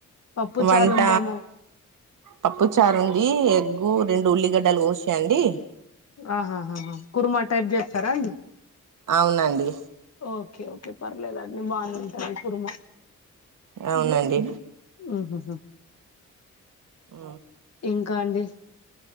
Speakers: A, on the left; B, on the right.
A: పప్పు
B: వంట
A: చారు ఉందేమో
B: పప్పుచారుంది ఉ రెండు ఉల్లిగడ్డలు కోసీయండి
A: ఆహాా కుర్మా టైప్ చేస్తారాండి
B: అవునండి
A: ఓకే ఓకే పర్లేదండి బాగానే ఉంటది కుర్మ
B: అవునండి
A: ఉహు
B: ఉ
A: ఇంకా అండి